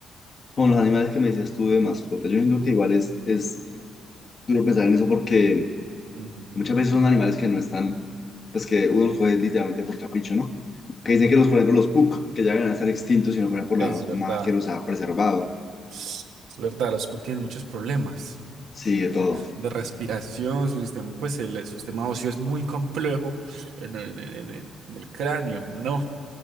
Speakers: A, on the left; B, on the right.
A: con los animales que me decías tú de mascota, yo siento que igual es, es duro pensar en eso porque
B: Ujú.
A: Muchas veces son animales que no están, pues que uno los coge literalmente por capricho, ¿no? Que dicen que los, por ejemplo, los puk, que ya deben estar extintos si no fuera por
B: es
A: la raza
B: verdad.
A: humana que los ha preservado.
B: Es verdad, los Puck tienen muchos problemas.
A: Sí, de todo.
B: de respiración, su sistema, pues el su sistema óseo es muy complejo en, en- en- en el, en el cráneo. No,